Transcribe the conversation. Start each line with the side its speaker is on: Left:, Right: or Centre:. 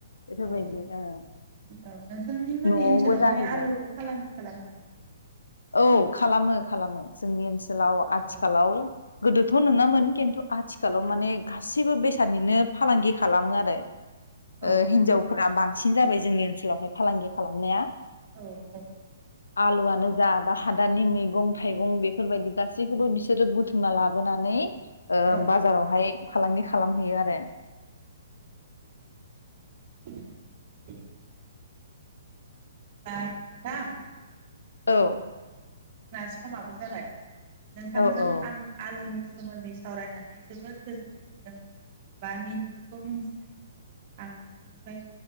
Left: बेफोरबायदि
Right: ओ
Left: ओ
Right: औ नोंथांनि मोननि
Left: न'आवबो
Right: ओनसोलावहाय
Left: जाहैबाय
Right: आलुखौ फालांगि खालामो नोमा?
Left: औ खालामो खालामो जोंनि ओनसोल सोलाव आथिखालाव
Right: औ
Left: गोदोथ' नोङा मोन खिन्थु आथिखालाव माने गासिबो बेसादनिनो फालांगि खालामो आरो
Right: औ
Left: ओ हिनजावफोरा बां सिन जाबाय जोंनि ओनसोलावहाय फालांगि खालामनाया
Right: औ
Left: आलुआनो जाबा हान दानि मैगं थाइगं बेफोरबायदि गासैखौबो बिसोरो बुथुमना लाबोनानै ओ
Right: औ
Left: बाजारावहाय फालांगि खालामहैयो आरो
Right: <inaudible> <unintelligible>
Left: औ
Right: जोंना समाबो जाबाय नोंथांजों
Left: औ औ
Right: आं आलुनि सोमोन्दै सावरायनानै जोबोर गोजोननाय मोनदों बा मिथियैखौ मिथिनाय आं नोंथांनिफ्राय